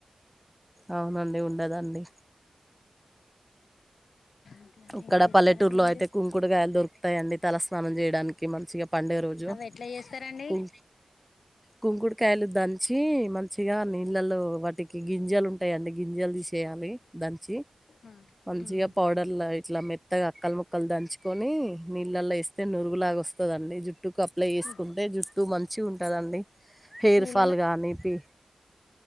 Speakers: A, in the centre; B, on the left (about 85°).
A: అవునండి ఉండదండి
B: ఇంకా
A: ఇక్కడ
B: ఏం చేస్తారండి
A: పల్లెటూర్లో
B: మీరు
A: అయితే కుంకుడుగాయలు దొరుకుతాయండి తలస్నానం చేయడానికి మంచిగా పండగ రోజు
B: అవి ఎట్లా చేస్తారండి
A: కుం కుంకుడుకాయలు దంచి మంచిగా నీ పిల్లలు వాటికి గింజలు ఉంటాయండి గింజాలు తీసేయాలి దంచి
B: ఆ
A: మంంచిగా
B: మ్మ్
A: పౌడర్లా ఇట్లా మెత్తగా అక్కల్ ముక్కల్ దంచుకొని నీళ్ళలో వేస్తే నురుగులాగా వస్తుందండి జుట్టుకు అప్లై చేస్త
B: ఆ
A: చసుకుంటే జుట్టు మంచి ఉంటదండి హెయిర్
B: నీళ్ళలో
A: ఫాల్ కాని పి